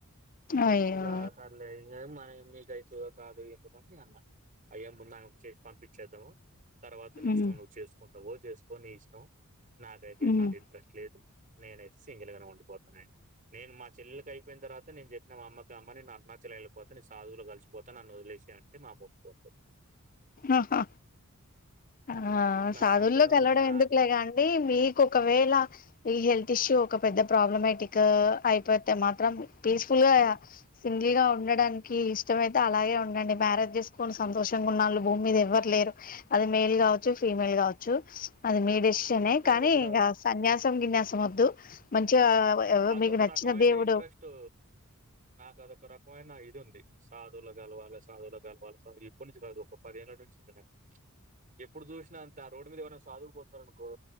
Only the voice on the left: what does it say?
అయ్యో
ఉమ్
ఉమ్
ఆహా ఆ
సాధువుల్లోకెల్లడం
ఎందుకులే గానీ మీకు ఒకవేళ ఈ హెల్త్ ఇష్యూ ఒక పెద్ద ప్రాబ్లమటిగ్గా అయిపోతే మాత్రం పీస్ఫుల్ గా సింగిల్గా ఉండడానికి ఇష్టమైతే అలాగే ఉండండి మ్యారేజ్ చేసుకొని సంతోషంగా ఉన్నాళ్ళు భూమి మీద ఎవ్వరు లేరు అది మేల్ కావచ్చు ఫీమేల్ కావచ్చు. అది మీ డెసిషన్
ఎ కానీ
ఇక సన్యాసి అచ్చం విన్యాసం వద్దు మంచిగా ఎవ
మీకు నచ్చిన
దేవుడు